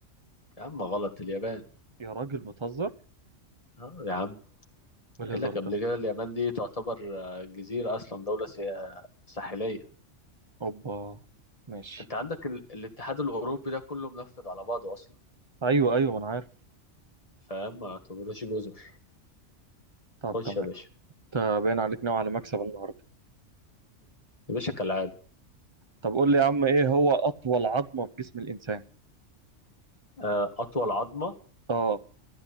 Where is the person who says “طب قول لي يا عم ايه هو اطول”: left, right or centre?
Right